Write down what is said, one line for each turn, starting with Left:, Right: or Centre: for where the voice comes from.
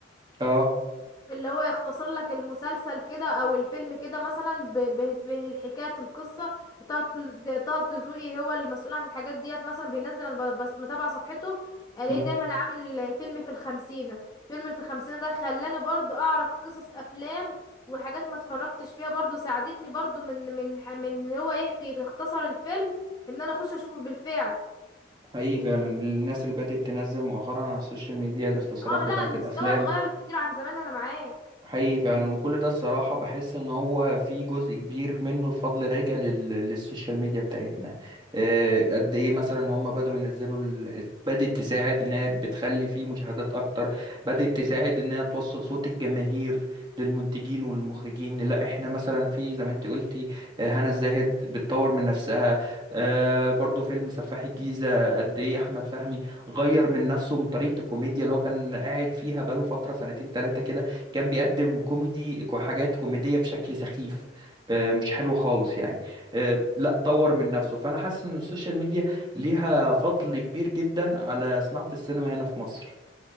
Right: اه
Left: اللي هو يختصر لك المسلسل كده او الفيلم كده مثلا ب- ب- بالحكاية القصة طه الت- طه الدسوقي هو اللي مسؤول عن الحاجات ديت مثلا بينزل انا ب- بس متابعة صفحته الاقيه
Right: مم.
Left: دايما عامل فيلم في الخمسين فيلم في الخمسين ده خلاني برضو اعرف قصص افلام وحاجات ما اتفرجتش فيها برضو ساعدتني برضو من من ح- من هو يحكي يختصر الفيلم ان انا اخش اشوفه بالفعل
Right: حقيقي فعلا الناس اللي بدأت تنزل مؤخرا على السوشيال ميديا الاختصارات
Left: اه
Right: بتاعت
Left: لا المستوى
Right: الافلام
Left: اتغير كتير عن زمان انا معاك
Right: حقيقي فعلا وكل ده الصراحة بحس ان هو في جزء كبير منه الفضل راجع لل... للسوشيال ميديا بتاعتنا آه، قد ايه مثلا هم بدأوا ينزلوا ال... بدأت تساعد ان هي بتخلي فيه مشاهدات اكتر بدأت تساعد ان هي توصل صوت الجماهير للمنتجين والمخرجين لا احنا مثلا في زي ما انت قلتي آه، هنا الزاهد بتطور من نفسها آه، برضو فيلم سفاح الجيزة قد ايه احمد فهمي غير من نفسه من طريقة الكوميديا اللي هو كان قاعد فيها بقاله فترة سنتين تلاتة كده كان بيقدم كوميدي كو- حاجات كوميدية بشكل سخيف آه، مش حلوة خالص يعني آه، لا طور من نفسه فأنا حاسس إن السوشيال ميديا ليها فضل كبير جدا على صناعة السينما هنا في مصر